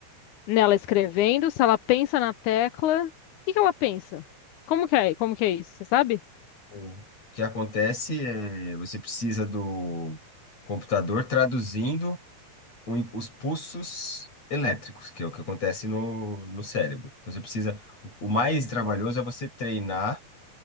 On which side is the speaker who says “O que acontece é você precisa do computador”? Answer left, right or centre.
Left